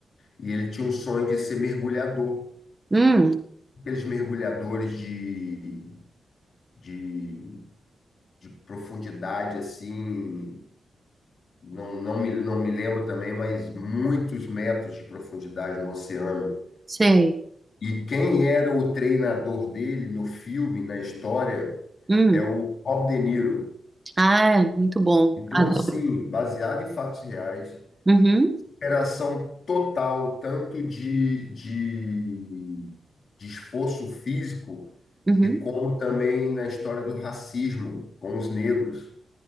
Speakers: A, on the left (about 65°); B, on the right (about 25°).
A: e ele tinha o sonho de ser mergulhador,
B: Hum,
A: aqueles mergulhadores de de, de profundidade assim, não, não me, não me lembro também, mas muitos metros de profundidade no oceano.
B: sei.
A: E quem era o treinador dele no filme, na história,
B: Hum.
A: é o Rob De Niro.
B: Ah, é muito bom.
A: Então,
B: Adoro.
A: assim, baseado em fatos reais,
B: Uhum.
A: operação total, tanto de, de, de esforço físico,
B: Uhum.
A: e como também na história do racismo com os negros.